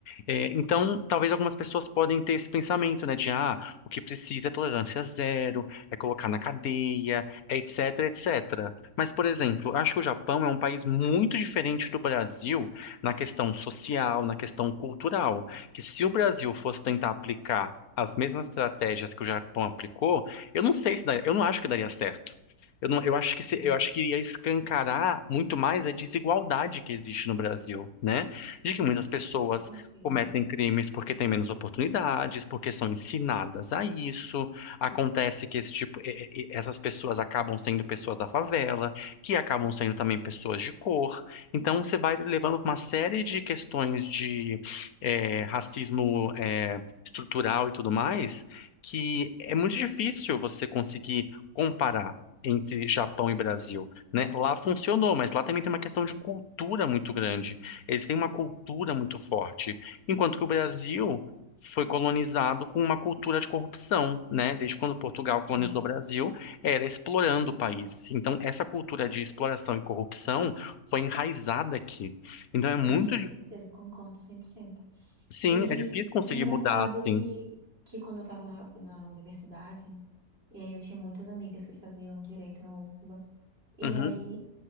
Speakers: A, on the left; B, on the right.
A: É, então, talvez algumas pessoas podem ter esse pensamento, né, de ah, o que precisa é tolerância zero, é colocar na cadeia, é etc, etc. Mas, por exemplo, acho que o Japão é um país muito diferente do Brasil na questão social, na questão cultural que se o Brasil fosse tentar aplicar as mesmas estratégias que o Japão aplicou, eu não sei se daria, eu não acho que daria certo. Eu não, eu acho que se-
B: É,
A: eu acho que ia escancarar muito mais a desigualdade que existe no Brasil, né? De que muitas pessoas
B: com certeza.
A: cometem crimes porque têm menos oportunidades, porque são ensinadas a isso. Acontece que esse tipo, e- e- e- essas pessoas acabam sendo pessoas da favela, que acabam sendo também pessoas de cor. Então você vai levando uma série de questões de é, racismo é, estrutural e tudo mais, que é muito difícil você conseguir comparar entre Japão e Brasil, né? Lá funcionou, mas lá também tem uma questão de cultura muito grande. Eles têm uma cultura muito forte, enquanto que o Brasil foi colonizado com uma cultura de corrupção, né? Desde quando Portugal colonizou
B: É.
A: o Brasil, era explorando o país. Então, essa cultura de exploração e corrupção foi enraizada aqui. Então, é muito
B: Com toda certeza, concordo cem por cento
A: Sim,
B: E
A: é difícil conseguir
B: engraçado
A: mudar,
B: que,
A: sim.
B: que quando eu estava na, na universidade, E aí eu tinha muitas amigas que faziam direito na UFBA. E
A: Uhum.
B: aí